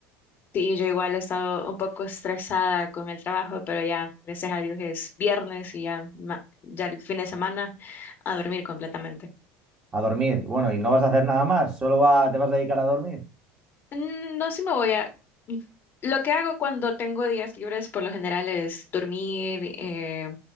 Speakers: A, on the left; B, on the right.
A: Sí, yo igual he estado un poco estresada con el trabajo, pero ya, gracias a Dios es viernes y ya, ma- ya el fin de semana a dormir completamente.
B: A dormir. Bueno, ¿y no vas a hacer nada más? ¿Solo va- te vas a dedicar a dormir?
A: Mm, No, sí me voy a... mm, Lo que hago cuando tengo días libres por lo general es dormir eh,